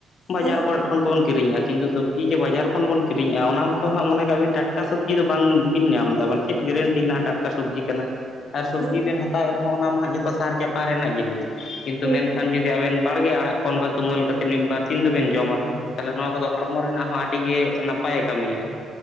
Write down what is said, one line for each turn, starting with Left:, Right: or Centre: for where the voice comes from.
Left: ᱵᱟᱡᱟᱨ
Right: ᱦᱳᱭ
Left: ᱠᱚᱨᱮ ᱾ <inaudible> ᱠᱚᱵᱚᱱ ᱠᱤᱨᱤᱧᱮᱜᱼᱟ ᱠᱤᱱᱛᱩ ᱥᱚᱵᱡᱤ ᱡᱮ ᱵᱟᱡᱟᱨ ᱠᱷᱚᱱ ᱵᱚᱱ ᱠᱤᱨᱤᱧᱮᱫᱼᱟ ᱚᱱᱟ ᱦᱚᱸ ᱛᱚ ᱦᱟᱸᱜ ᱢᱚᱱᱮ ᱠᱟᱜ ᱵᱤᱱ ᱴᱟᱴᱠᱟ ᱥᱚᱵᱡᱤ ᱫᱚ ᱵᱟᱝᱵᱤᱱ ᱧᱟᱢ ᱮᱫᱟ ᱢᱟᱱᱮ ᱪᱮᱫ ᱜᱮᱨᱮᱱᱴᱤ ᱦᱮᱱᱟᱜᱼᱟ ᱴᱟᱴᱠᱟ ᱥᱚᱵᱽᱡᱤ ᱠᱟᱱᱟ᱾ ᱟᱨ ᱥᱚᱵᱡᱤ
Right: ᱦᱳᱭ
Left: ᱵᱤᱱ ᱦᱟᱛᱟᱣᱮᱫ ᱨᱮᱦᱚᱸ ᱚᱱᱟ ᱢᱟ ᱦᱟᱸᱜ ᱡᱚᱛᱚ ᱥᱟᱨ ᱪᱟᱯᱟᱱ ᱨᱮᱱᱟᱜ ᱡᱤᱱᱤᱥ, ᱠᱤᱱᱛᱩ
Right: ᱴᱷᱤᱠ
Left: ᱢᱮᱱᱠᱷᱟᱱ ᱡᱩ ᱡᱮ ᱟᱵᱮᱱ ᱵᱟᱲᱜᱮ ᱟᱲᱟᱜ ᱠᱚ ᱚᱱᱠᱟ ᱛᱩᱢᱟᱹᱞ ᱠᱟᱛᱮ ᱢᱤᱫ ᱵᱟᱨ ᱫᱤᱱ ᱫᱚᱵᱤᱱ ᱡᱚᱢᱟ, ᱛᱟᱦᱚᱞᱮ ᱱᱚᱣᱟ ᱠᱚᱫᱚ ᱦᱚᱲᱢᱚ ᱨᱮᱱᱟᱜ ᱦᱚᱸ ᱟᱹᱰᱤ ᱜᱮ ᱱᱟᱯᱟᱭᱮ ᱠᱟᱹᱢᱤᱭᱟ᱾